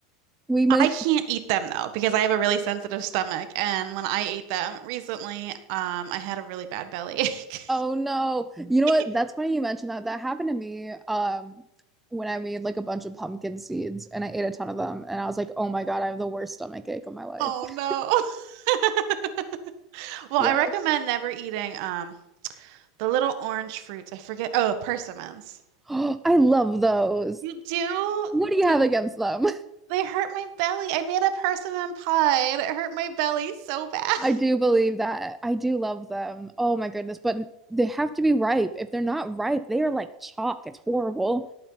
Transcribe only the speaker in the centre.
we might
Oh no. You know
what? That's funny you mentioned that. That happened to me um when I made like a bunch of pumpkin seeds and I ate a ton of them and I was like, "Oh my God, I have the worst stomach ache of my life."
<laughs>
Yeah.
<gasps> I love those.
What do you
have against them?
<laughs>
I do believe that. I do love them. Oh my goodness, but they have to be ripe. If they're not ripe, they are like chalk. It's horrible.